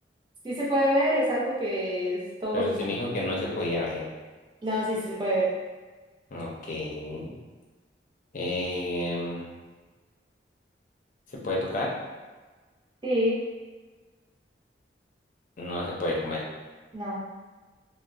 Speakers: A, on the right; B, on the left.
A: sí se puede ver, es algo que es- todos
B: Pero
A: usan.
B: usted me dijo que no se podía ver.
A: No, sí, sí se puede ver.
B: Ok. Em, ¿se puede tocar?
A: Sí,
B: No se puede comer.
A: no.